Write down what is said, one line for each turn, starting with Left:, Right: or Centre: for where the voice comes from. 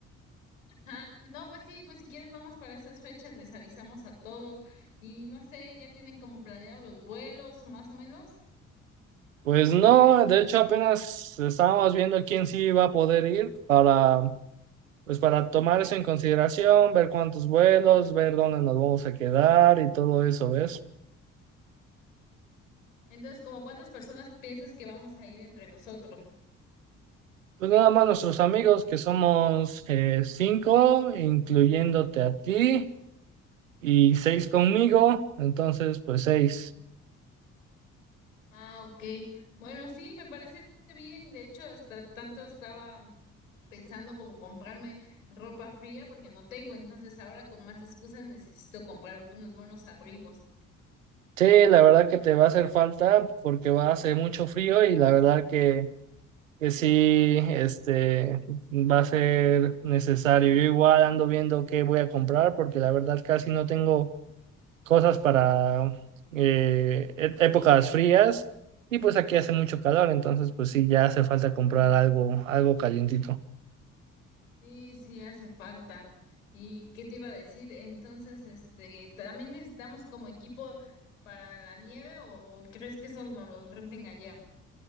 Left: Ajá, No, pues sí, pues si quieres vamos para esas fechas, les avisamos a todos y no sé, ya tienen como planeado los vuelos o más o menos.
Right: Pues no, de hecho apenas estábamos viendo quién sí iba a poder ir para, pues para tomar eso en consideración, ver cuántos vuelos, ver dónde nos vamos a quedar y todo eso, ¿ves?
Left: Entonces, ¿como cuántas personas piensas que vamos a ir entre nosotros?
Right: Pues nada más nuestros amigos, que somos eh, cinco, incluyéndote a ti, y seis conmigo, entonces pues seis.
Left: Ah, ok. Bueno, sí, me parece bien. De hecho, hasta tanto estaba pensando como comprarme ropa fría porque no tengo. Entonces, ahora con más excusas necesito comprarme unos buenos abrigos.
Right: Sí, la verdad que te va a hacer falta porque va a hacer mucho frío y la verdad que que sí, este, va a ser necesario. Yo igual ando viendo qué voy a comprar porque la verdad casi no tengo cosas para eh, e- épocas frías y pues aquí hace mucho calor, entonces pues sí, ya hace falta comprar algo, algo calientito.
Left: Sí, sí, hace falta. ¿Y qué te iba a decir? Entonces, este, ¿también necesitamos como equipo para la nieve o crees que solo nos los renten allá?